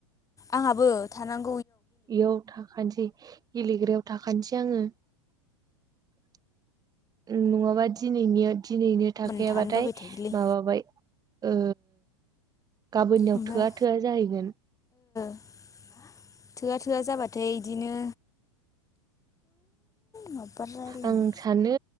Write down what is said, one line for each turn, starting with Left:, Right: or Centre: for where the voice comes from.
Left: आंहाबो थानां
Right: बेयाव थाखानोसै गेलेग्रायाव थाखानोसै आङो <inaudible> उम नङाबा दिनै निया दिनैनो थाखाया
Left: गाबोन थानो
Right: बाथाय
Left: बाबाय थायोलै
Right: माबाबाय ओ गाबोननियाव
Left: ओमफ्राय
Right: थोआ थोआ जाहैगोन।
Left: <inaudible> थोआ थोआ जाबाथाय इदिनो माबा रायलायनो
Right: आं सानो